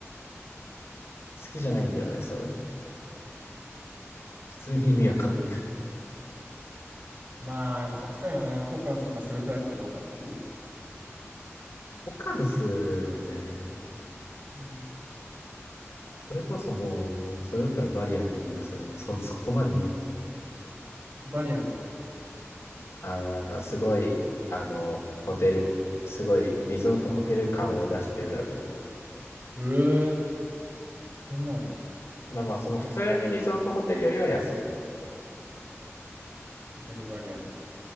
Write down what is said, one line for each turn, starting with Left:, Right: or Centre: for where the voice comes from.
Left: 好きじゃないんだよね、そういうの。普通に意味わかんないから。
Right: まあ、やっぱ価値観やな。ホカンスとかするタイプかどうかっていう。
Left: ホカンスはね、
Right: うん
Left: それこそもう、それだったらバリアンでいいよ、それな。そ、そこまで言うな。
Right: バリアンだよね。
Left: あの、なんかすごい、あの、ホテル、すごいリゾートホテル感を出してるラブホ。
Right: うえそんなのに、
Left: まあ、まあその普通にリゾートホテルよりは安い。
Right: ホテルバリアン。